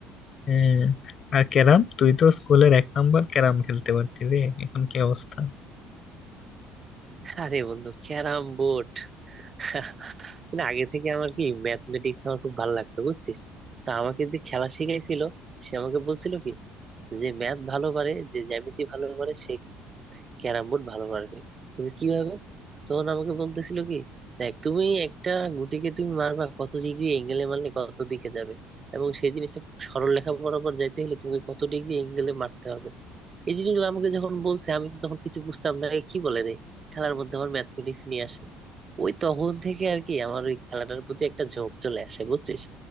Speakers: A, on the left (about 50°); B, on the right (about 35°).
A: হ্যাঁ আর ক্যারাম তুই তো স্কুলের এক নাম্বার ক্যারাম খেলতে পারতি রে এখন কি অবস্থা
B: আরে বন্ধু ক্যারাম বোর্ড <laughs> মানে আগে থেকে আমার কি ম্যাথমেটিক্স আমার খুব ভালো লাগতো বুঝছিস তো আমাকে যে খেলা শিখাইছিল সে আমাকে বলছিল কি যে ম্যাথ ভালো পারে যে জ্যামিতি ভালো পারে সে ক্যারাম বোর্ড ভালো পারবে বলছে, কিভাবে তখন আমাকে বলতেছিল কি দেখ তুমি একটা গুটিকে তুমি মারবা কত ডিগ্রি এঙ্গেলে মারলে কত দিকে যাবে এবং সেই জিনিসটা সরল রেখা বরাবর যাইতে হলে তোমাকে কত ডিগ্রি এঙ্গেলে মারতে হবে এই জিনিসগুলো আমাকে যখন বলছে আমি তো তখন কিছু বুঝতাম না এ কি বলে রে খেলার মধ্যে আমার ম্যাথমেটিক্স নিয়ে আসে ওই তখন থেকে আর কি আমার ওই খেলাটার প্রতি একটা ঝোঁক চলে আসে বুঝছিস